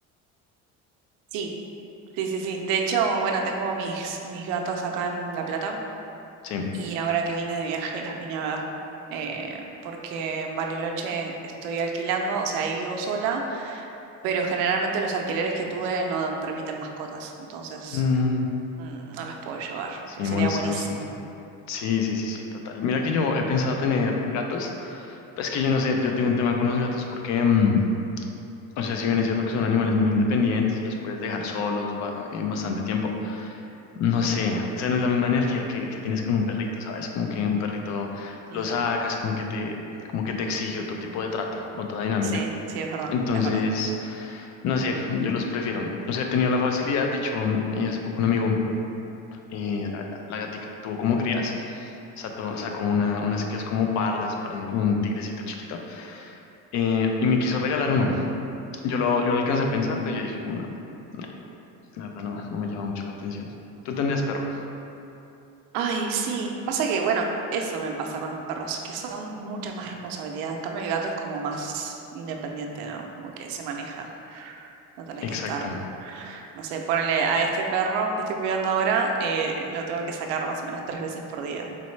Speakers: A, on the right; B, on the left.
A: Sí, sí, sí, sí. De hecho, bueno, tengo mis, mis gatas acá en La Plata
B: Sí.
A: y ahora que vine de viaje las vine a ver eh, porque en Bariloche estoy alquilando, o sea, ahí vivo sola, pero generalmente los alquileres que tuve no permiten mascotas, entonces
B: Mm,
A: mm, no las puedo llevar,
B: sí,
A: pero
B: me
A: sería
B: molestan
A: buenísimo.
B: bastante. Sí, sí, sí, sí, total. Mira que yo he pensado tener gatos, pero es que yo no sé, yo tengo un tema con los gatos porque, mm, o sea, si bien es cierto que son animales muy independientes y los puedes dejar solos ba- en bastante tiempo, No sé, o sea, no es la misma energía que, que tienes con un perrito, ¿sabes? Como que un perrito
A: Mm,
B: lo sacas, como que te, como que te exige otro tipo de trato, otra dinámica.
A: sí, sí, es verdad,
B: Entonces,
A: es verdad.
B: no sé, yo los prefiero. O sea, he tenido la facilidad, de hecho, eh, hace poco un amigo, eh, la, la, la gatica que tuvo como crías, sato- sacó una, unas crías como pardas, parecen como un tigrecito chiquito, eh, y me quiso regalar uno. Yo lo, yo lo alcancé a pensar, pero yo dije como, no, no, la verdad no, no me llama mucho la atención. Tú tendrías perro.
A: Ay, sí. Pasa que, bueno, eso me pasa con los perros, que son mucha más responsabilidad. En cambio, el gato es como más independiente, ¿no? Como que se maneja. No tenés
B: Exacto.
A: que estar, no sé, ponele a este perro que estoy cuidando ahora, eh, lo tengo que sacar más o menos tres veces por día.